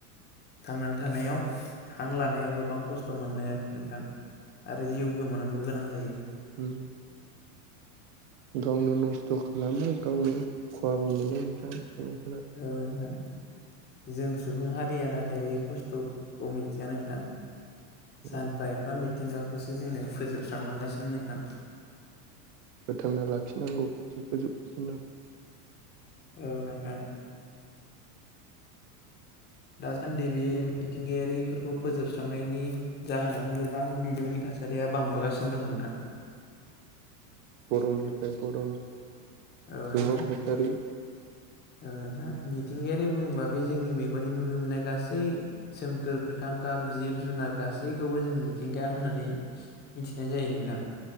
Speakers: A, on the left; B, on the right.
A: थांनानै थानायाव हां लानायाव गोबां खस्थ मोनो नोंथां आरो जिउ गोमानांगौ गोनां जायो
B: उम गावनो नस्थ खालामो गावनो खहाबो मोनो नोंथां
A: औ नोंथां जों सुबुं हारिया नाथाय बे खस्थखौ मिथिया नोंथां
B: उम
A: सानफा एफा मिथिंगाखौसो जोंनो फोजोबस्रांलांगासिनो नोंथां
B: फोथांना लाखिनांगौआ फोजोबगासिनो
A: औ नोंथां दासान्दि बे मिथिंगायारिफोरखौ फोजोबस्रांनायनि जाहोनावनो गोबां बिदुंनि थाखाय थासारिया बांबोगासिनो दं नोंथां
B: गरमनिफ्राय गरम
A: औ
B: दुंहाव
A: नोंथां
B: थासारि
A: औ नोंथां मि मिथिंगायारि बुङोबा बे जोंनि मेगनजों नुनो मोननाय गासै सोमखोर गोथां गाब जिब जुनार गा गासैखौबो जों मिथिंगाया होननानै मिथिनाय जायो नोंथां